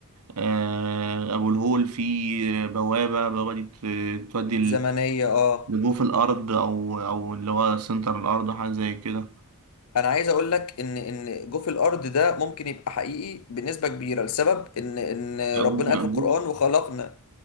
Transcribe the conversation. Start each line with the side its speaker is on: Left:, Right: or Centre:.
Right: آه، ابو الهول في بوابة بوابة دي بت- تودي
Left: زمنية اه
Right: جابوه في الأرض أو أو اللي هو سنتر الأرض أو حاجة زي كده
Left: انا عايز اقول لك ان ان جوف الارض ده ممكن يبقى حقيقي بنسبة كبيرة لسبب ان ان
Right: مقبول
Left: ربنا قال
Right: مقبول
Left: في القرآن وخلقنا